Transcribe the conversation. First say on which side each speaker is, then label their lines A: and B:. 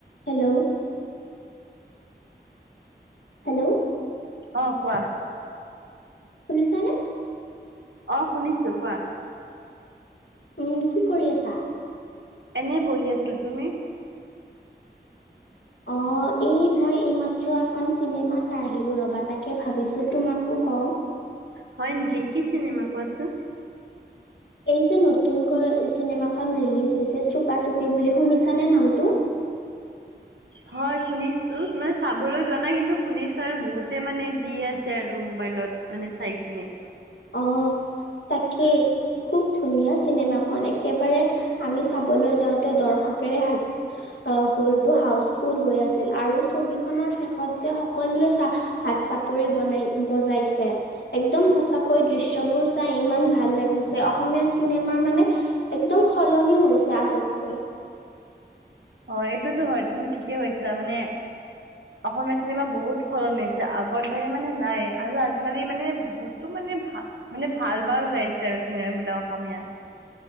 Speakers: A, on the left (about 75°); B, on the right (about 80°).
A: Hello? Hello?
B: অ', কোৱা।
A: শুনিছানে?
B: অ', শুনিছো কোৱা।
A: উম, কি কৰি আছা?
B: এনে বহি আছিলোঁ, তুমি?
A: অ'। অ', এই মই এইমাত্ৰ এখন চিনেমা চাই আহিলোঁ ৰ'বা, তাকে ভাবিছোঁ তোমাকো কওঁ।
B: হয় নেকি, কি চিনেমা কোৱাচোন?
A: এই যে নতুনকৈ চিনেমাখন ৰিলিজ হৈছে চুপা-চুপি বুলি শুনিছানে নামটো?
B: হয়, শুনিছোঁ মানে চাবলৈ যোৱা নাই কিন্তু শুনিছোঁ আৰু বহুতে মানে দি আছে আৰু মোবাইলত। মানে চাই কিনে।
A: অ', তাকেই। খুব ধুনীয়া চিনেমাখন! একেবাৰে আমি চাবলৈ যাওঁতে দৰ্শকেৰে হ আহ, হলটো হাউচফুল হৈ আছিল আৰু ছবিখনৰ শেষত যে সকলোৱে চা হাত চাপৰি বনাই বজাইছে একদম সঁচা কৈ দৃশ্যবোৰ চাই ইমান ভাল লাগিছে, অসমীয়া চিনেমাৰ মানে একদম সলনি হৈছে আগতকৈ।
B: অ', এইটোতো হয়, তুমি ঠিকে কৈছা মানে অসমীয়া চিনেমা বহুত সলনি হৈছে, আগৰ দৰে মানে নাই আৰু আজিকালি মানে ক'তো মানে ভা মানে ভাল-ভাল ওলাইছে আৰু চিনেমাবিলাক অসমীয়া।